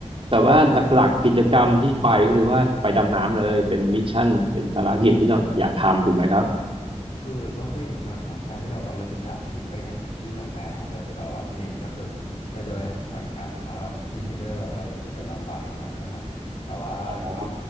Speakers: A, on the right (about 50°); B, on the left (about 55°).
A: แต่ว่าหลักๆกิจกรรมที่ไปก็คือว่าไปดำน้ำเลยเป็นมิชชั่นเป็นภารกิจที่ต้องอยากทำถูกไหมครับ
B: คือเราต้องพูดอย่างนี้ก่อนครับการที่แบบว่าเราจะจัดทริปไปไหนสักที่กับแฟนนะครับเราจะแบบว่าเน้นก็คือเราจะไปพักผ่อนกันเพราะเรา <laughs> ไม่ได้แบบว่าอยากจะไปลำบากขนาดนั้นนะครับแต่ว่าก็
A: อ๋อ